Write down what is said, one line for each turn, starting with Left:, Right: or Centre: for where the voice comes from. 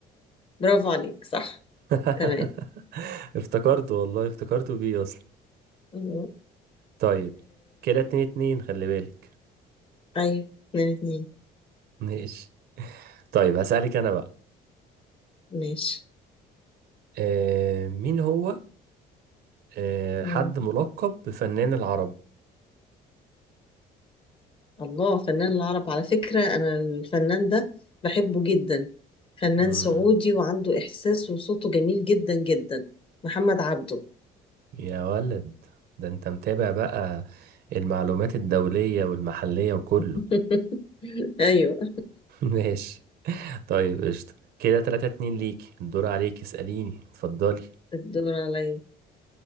Left: برافو عليك صح
Right: <laughs>
Left: تمام
Right: افتكرته والله افتكرته بيه اصلا
Left: آه
Right: طيب كده اتنين اتنين خلي بالك
Left: ايوه اتنين اتنين
Right: ماشي طيب هسألك انا بقى
Left: ماشي
Right: آه مين هو آه
Left: مم.
Right: حد ملقب بفنان العرب
Left: الله فنان العرب على فكرة انا الفنان ده بحبه جدا فنان
Right: مم.
Left: سعودي وعنده احساس وصوته جميل جدا جدا محمد عبده
Right: يا ولد ده انت متابع بقى المعلومات الدولية والمحلية وكله
Left: <laughs> ايوه
Right: <laughs> ماشي طيب قشطة كده تلاتة اتنين ليك الدور عليك اسأليني اتفضلي
Left: الدور عليا